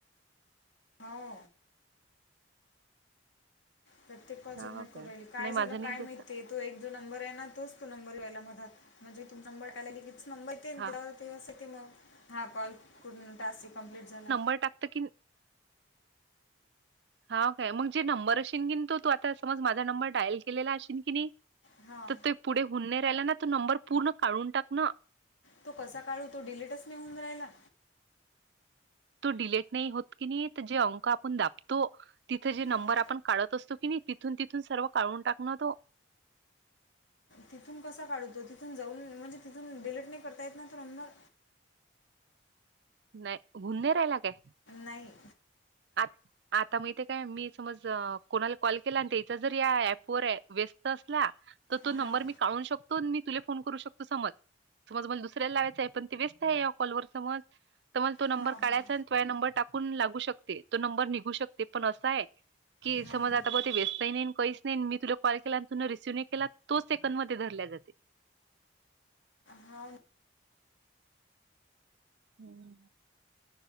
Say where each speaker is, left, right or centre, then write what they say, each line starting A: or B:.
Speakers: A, on the left; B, on the right.
A: हो प्रत्येक कॉल सबमिट
B: हां, हो
A: करायला काय
B: नाही
A: झालं
B: माझं नाही
A: काय माहित
B: तसं.
A: ते तो एक जो नंबर आहे ना तोच तो नंबर यायला मधात म्हणजे तू नंबर टालेली कीच नंबर येते
B: हां,
A: ना ते त मग हा कॉल पूर्ण टास्क कमप्लीट झाला
B: टाकत की हा काय मग जे नंबर असेन की तो तू आता समज माझा नंबर डायल केलेला असशल की नाही
A: हा
B: तर तो पुढे हुनणे राहिला ना तो नंबर पूर्ण काढून टाक ना
A: तो कसा काढू तो डिलीटच नाही होऊन राहिला
B: तो डिलेट नाही होत की नाही तर जे अंक आपण दाबतो तिथं जे
A: हा
B: नंबर आपण काढत असतो की नाही तिथून तिथून सर्व काढून टाकणं तो
A: तिथून कसा काढूतो तिथून जाऊन म्हणजे तिथून डिलेट नाही करता येत ना तर अमदार
B: नाही गुनहे राहायला काय
A: नाही
B: अ आता माहििते काय मी समज कोणाला कॉल केला आणि त्याचा जर या ऍपवरर व्यस्त असला तर तो
A: हां
B: नंबर मी काढू शकतो मी तुला फोन करू शकतो समज समज मला दुसऱ्याला लावायच आहे पण ते व्यस्त आहे या कॉलवर समज तर मला तो नंबर
A: हां
B: काढायचा
A: हां
B: आणि तो नंबर टाकून लागू शकते तो नंबर निघू शकते पण असा आहे कि
A: हां
B: समज
A: हां
B: आता ब ते व्यस्तही नाही काही नाही मी तुला कॉल केला आणि तु रिसीव नाही केला तो सेकंड मध्येधल्या जाते
A: हा
B: हम्म